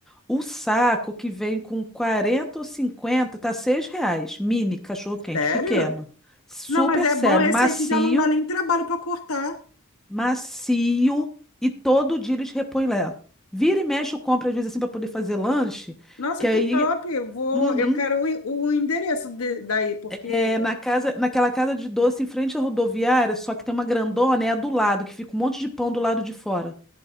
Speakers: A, in the centre; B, on the left.
A: O saco que vem com 40 ou 50 tá seis reais. Mini cachorro-quente,
B: Sério?
A: pequeno. Super
B: Não, mas é
A: sério,
B: bom esse
A: macio,
B: aí que já não dá nem trabalho para cortar.
A: macio. E todo dia eles repõem lá. Vira e mexe, eu compro às vezes assim para poder fazer lanche.
B: Nossa,
A: Que
B: que
A: aí,
B: top! Eu vou,
A: uhum,
B: eu quero o, en- o endereço de- daí, porque...
A: é, na casa, naquela casa de doce em frente à rodoviária, só que tem uma grandona, é a do lado, que fica um monte de pão do lado de fora.